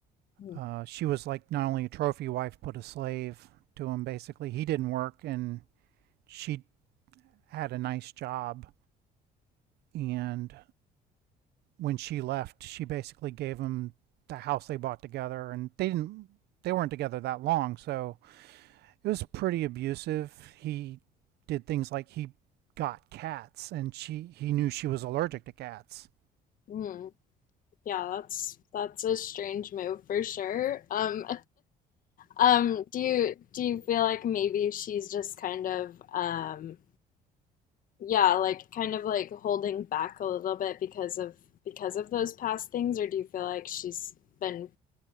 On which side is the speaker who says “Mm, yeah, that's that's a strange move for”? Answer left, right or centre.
Left